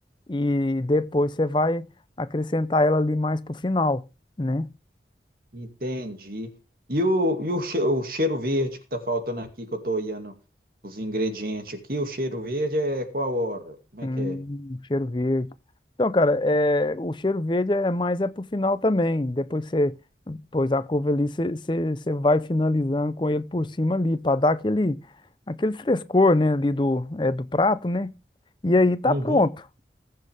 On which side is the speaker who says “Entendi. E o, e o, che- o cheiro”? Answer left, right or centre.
Right